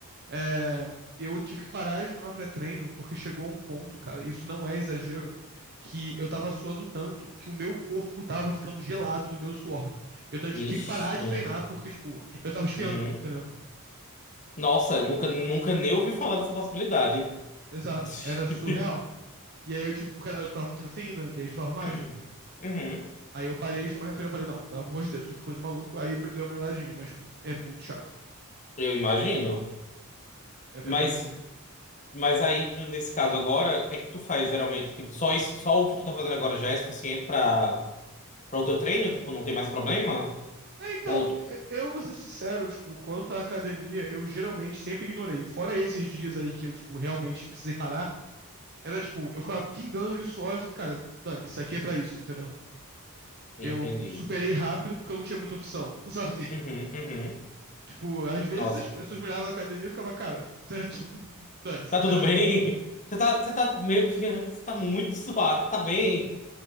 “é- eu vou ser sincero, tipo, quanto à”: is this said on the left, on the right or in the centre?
Right